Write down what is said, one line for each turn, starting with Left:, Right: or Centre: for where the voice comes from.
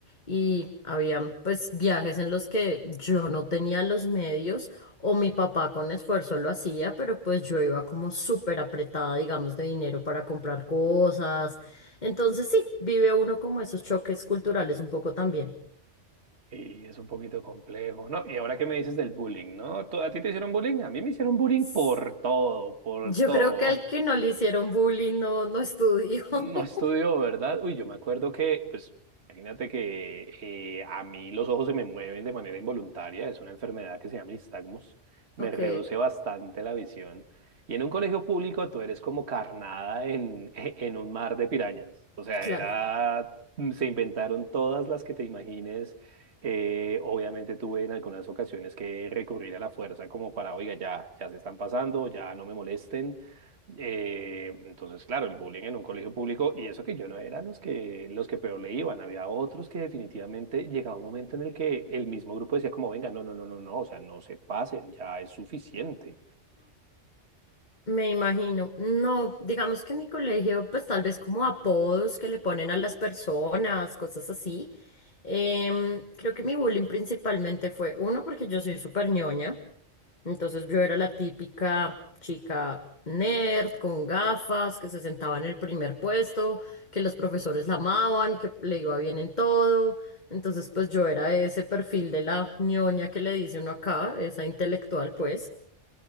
Left: Y habían pues viajes en los que yo no tenía los medios o mi papá con esfuerzo lo hacía, pero pues yo iba como súper apretada, digamos, de dinero para comprar cosas. Entonces sí, vive uno como esos choques culturales un poco también.
Right: Y es un poquito complejo, ¿no? Y ahora que me dices del bullying, ¿no? ¿Tú- ¿A ti te hicieron bullying? A mí me hicieron bullying
Left: S-
Right: por todo, por
Left: Yo
Right: todo.
Left: creo que al que no le hicieron bullying no, no estudió.
Right: No
Left: <laughs>
Right: estudió, ¿verdad? Uy, yo me acuerdo que, pues, imagínate que eh, a mí los ojos se me mueven de manera involuntaria, es una enfermedad que se llama nistagmus, me
Left: Ok,
Right: reduce bastante la visión. Y en un colegio público tú eres como carnada en, <laughs> en un mar de pirañas. O sea,
Left: claro,
Right: era, mm, se inventaron todas las que te imagines. Eh, obviamente tuve en algunas ocasiones que recurrir a la fuerza como para, oiga, ya, ya se están pasando, ya no me molesten. Eh, entonces, claro, el bullying en un colegio público, y eso que yo no era los que, los que peor le iban, había otros que definitivamente llegaba un momento en el que el mismo grupo decía como, venga, no, no, no, no, no, o sea, no se pasen, ya es suficiente.
Left: me imagino. No, digamos que en mi colegio, pues tal vez como apodos que le ponen a las personas, cosas así. Em, creo que mi bullying principalmente fue, uno, porque yo soy súper ñoña, entonces yo era la típica chica nerd con gafas que se sentaba en el primer puesto, que los profesores la amaban, que le iba bien en todo. Entonces, pues yo era ese perfil de la ñoña que le dice uno acá, esa intelectual, pues.